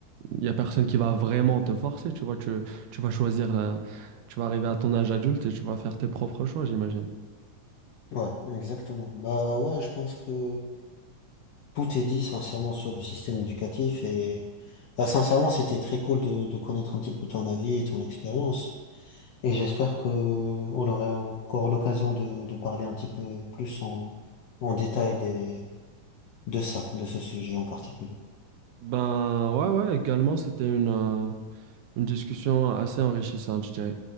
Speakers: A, on the right; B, on the left.
A: il n'y a personne qui va vraiment te forcer, tu vois. Tu, tu vas choisir, euh, tu vas arriver à ton âge adulte et tu vas faire tes propres choix, j'imagine.
B: Ouais, exactement. Bah ouais, je pense que tout est dit sincèrement sur le système éducatif et bah, sincèrement, c'était très cool de, de connaître un petit peu ton avis et ton expérience. Et j'espère que on aura encore l'occasion de, de parler un petit peu plus en, en détail des, de ça, de ce sujet en particulier.
A: Ben ouais, ouais, également, c'était une, euh, une discussion assez enrichissante, je dirais.